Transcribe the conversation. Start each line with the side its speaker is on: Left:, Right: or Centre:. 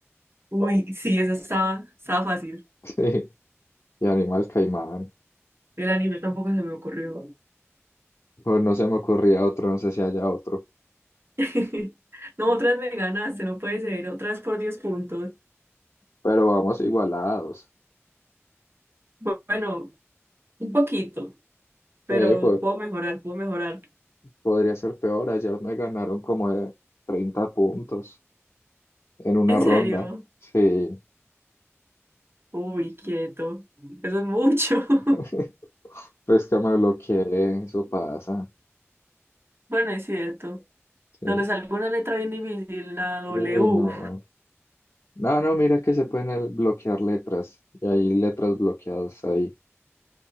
Right: Uy, sí, eso estaba, estaba fácil.
Left: Sí. Y animal, caimán.
Right: El anime tampoco se me ocurrió.
Left: O no se me ocurría otro, no sé si haya otro.
Right: <laughs> No, otra vez me ganaste, no puede ser. Otra vez por 10 puntos.
Left: Pero vamos igualados.
Right: Bu- Bueno, un poquito. pero
Left: Sí, pues
Right: puedo mejorar, puedo mejorar.
Left: podría ser peor. Ayer me ganaron como de 30 puntos en una
Right: ¿En
Left: ronda.
Right: serio?
Left: Sí,
Right: Uy, quieto. Eso es mucho. <laughs>
Left: <laughs> pues que me bloqueé, eso pasa.
Right: Bueno, es cierto.
Left: Sí.
Right: Donde salga una letra bien difícil, la
Left: Uy,
Right: W.
Left: no. No, no, mira que se pueden eh, bloquear letras. Y hay letras bloqueadas ahí,